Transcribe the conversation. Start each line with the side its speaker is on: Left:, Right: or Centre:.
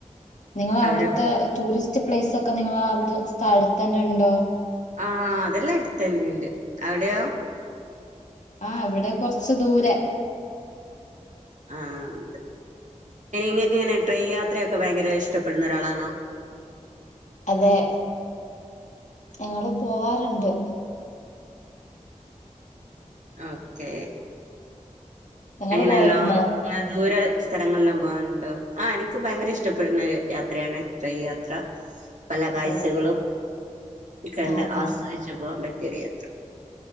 Left: നിങ്ങളവിട്ത്തെ
Right: അവരെ വീട്
Left: ടൂറിസ്റ്റ് പ്ലേസ് ഒക്കെ നിങ്ങള അവിടെ സ്ഥലത്ത് തന്നെ ഉണ്ടോ
Right: ആഹ് അതെല്ലാം അടുത്തന്നെണ്ട് അവിടെയോ
Left: ആഹ് ഇവിടെ കൊറച്ച് ദൂരെ
Right: ആഹ് അതെ ഇനി ഇങ്ങൾക്ക് ഇങ്ങനെ ട്രെയിൻ യാത്രയൊക്കെ ഭയങ്കര ഇഷ്ടപ്പെടുന്ന ഒരാളാണോ
Left: അതെ. ഞങ്ങള് പോവാറുണ്ട്
Right: ഓക്കേ
Left: നിങ്ങള്
Right: അങ്ങനെയല്ലാ
Left: പോവലുണ്ടോ?
Right: ദൂരെ സ്ഥലങ്ങളെല്ലാം പോവാനുണ്ടോ ആ എനിക്ക് ഭയങ്കര ഇഷ്ടപ്പെടുന്ന ഒരു യാത്രയാണ് ട്രയി യാത്ര പല കാഴ്ചകളും
Left: ഓ
Right: കണ്ട്
Left: ആഹ് ആഹ്
Right: ആസ്വദിച്ചു പോകാൻ പറ്റിയൊരു യാത്ര